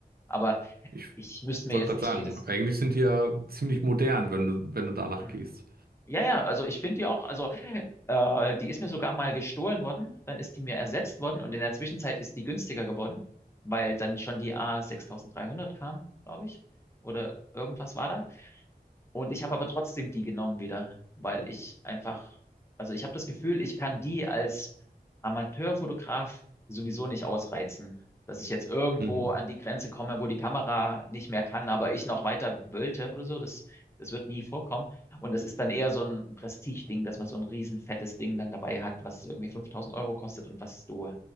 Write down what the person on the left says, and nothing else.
Aber
ich müsste
mir jetzt
nicht
jedes.
Hm.
Ja, ja, also ich finde die auch, also äh, die ist mir sogar mal gestohlen worden, dann ist die mir ersetzt worden und in der Zwischenzeit ist die günstiger geworden, weil dann schon die A6300 kam, glaube ich. Oder irgendwas war da. Und ich habe aber trotzdem die genommen wieder, weil ich einfach, also ich habe das Gefühl, ich kann die als Amateurfotograf sowieso nicht ausreizen, dass ich jetzt irgendwo
an die Grenze komme, wo die Kamera nicht mehr kann, aber ich noch weiter wollte oder so. Das, das wird nie vorkommen. Und das ist dann eher so ein Prestigeding, dass man so ein riesen fettes Ding dann dabei hat, was irgendwie 5000 Euro kostet und was du